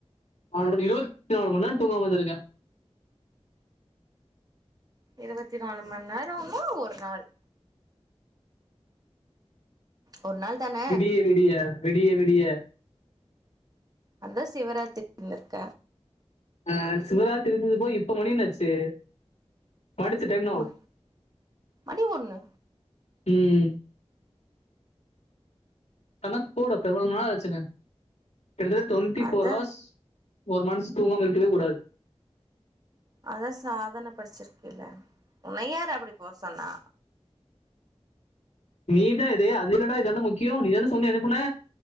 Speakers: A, on the left; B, on the right.
A: மறுபடியு இருபத்தி நாலு மணிநேரோ தூங்க வந்திருக்க.
B: இருபத்தி நாலு மணி நேரோனா ஒரு நாள். <inaudible> ஒரு நாள்தான.
A: விடிய விடிய விடிய விடிய.
B: அதா சிவராத்திரிலருக்க.
A: அஹ சிவராத்திரி <unintelligible> போய் இப்ப மணி என்ன ஆச்சு. அடுத்த டைம் நவ்.
B: ம மணி ஒண்ணு
A: உம். கணக்குப்போடு அப். இப்ப எவ்வளவு நாளு ஆச்சுன்ன. <unintelligible> டுவெண்ட்டி
B: அத
A: போர் ஹவர்ஸ். ஒரு மனுஷ தூங்காம இருக்கவே கூடாது.
B: அத சாதன படிச்சிருக்கல்ல உன யாரு அப்படி போ சொன்னா
A: நீதான் இதே அதுலடா இதானே முக்கியம் நீ தானே சொல்லி அனுப்புன